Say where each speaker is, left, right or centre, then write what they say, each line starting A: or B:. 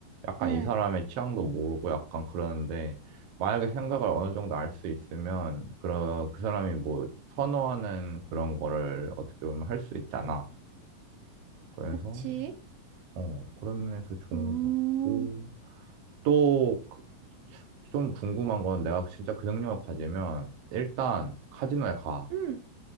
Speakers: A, on the right; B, on the right.
A: 약간
B: 응.
A: 이 사람의 취향도 모르고 약간 그러는데, 만약에 생각을 어느 정도 알 수 있으면, 그, 그 사람이 뭐, 선호하는 그런 거를 어떻게 보면 할 수 있잖아. 그래서,
B: 그치?
A: 어, 그런 면에서 좋은
B: 음.
A: 것 같고, 또, 그- 좀 궁금한 건 내가 진짜 그 능력을 가지면, 일단 카지노에 가.
B: 응.